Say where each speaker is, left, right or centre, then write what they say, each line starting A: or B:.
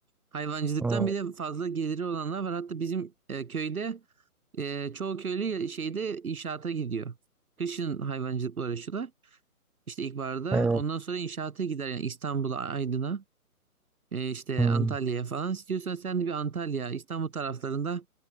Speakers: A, on the right (about 70°); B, in the centre.
A: Hayvancılıktan
B: hmm,
A: bir de fazla geliri olanlar var. Hatta bizim e, köyde e, çoğu köylü şeyde inşaata gidiyor. Kışın hayvancılıkla uğraşıyorlar. İşte ilkbaharda
B: evet,
A: ondan sonra inşaata gider yani İstanbul'a, Aydın'a, e, işte
B: hmm.
A: Antalya'ya falan. İstiyorsan sen de bir Antalya, İstanbul taraflarında